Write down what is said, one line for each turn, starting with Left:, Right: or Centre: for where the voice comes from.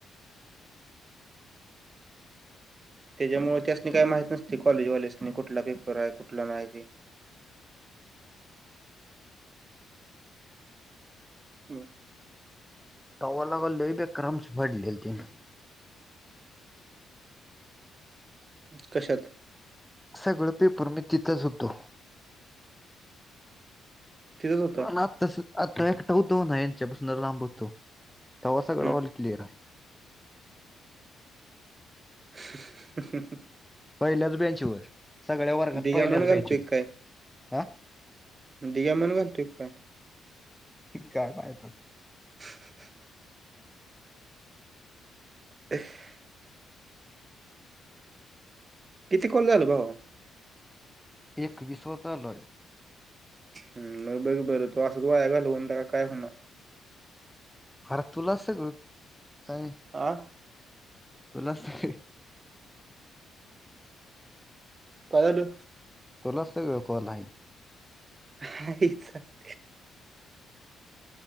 Centre: <inaudible>
Right: त्याच्यामुळे त्यासनी काय माहत नसतय कॉलेज वाल्यासनी, कुठला पेपर आहे, कुठला नाही ते. हो <inaudible>
Centre: गावाला आलोय बेक्कार आमची भांडलीये ते <unintelligible>
Right: कशात?
Centre: सगळं पेपर मी तिथच होतो.
Right: तिथंच होता
Centre: पण आत्ता आता एकटा होतो नाही, यांच्यापासून लांब होतो, तेव्हा सगळं
Right: हम्म
Centre: ऑल क्लिअर आहे.
Right: हम <inaudible>
Centre: पहिल्याच बेंचवर, सगळ्या वर्गात
Right: दिघ्या
Centre: पहिल्याच
Right: मन घालतोय
Centre: बेंचवर.
Right: काय
Centre: हा?
Right: दिघ्या म्हण म्हणतोय की काय?
Centre: काय फायदा.
Right: हा हा <inaudible> <unintelligible> <inaudible> किती कॉल झाल भावा?
Centre: एकविसवा चालू आहे.
Right: हम, मग बरोबर आहे, तु असंच वाया घालवून काय होणार?
Centre: आर तुला सगळं काय?
Right: आं.
Centre: तुलाच सगळं <unintelligible>
Right: काय झालं?
Centre: तुलाच सगळं कॉल आहे.
Right: आईचा <inaudible>